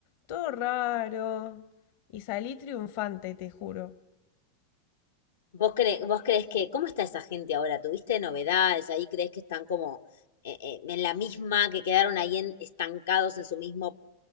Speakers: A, on the left (about 60°); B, on the left (about 80°).
A: todo raro y salí triunfante, te juro.
B: ¿Vos crees vos crees que, cómo está esa gente ahora? ¿Tuviste novedades ahí? ¿Crees que están como eh, eh, en la misma, que quedaron ahí en- estancados en su mismo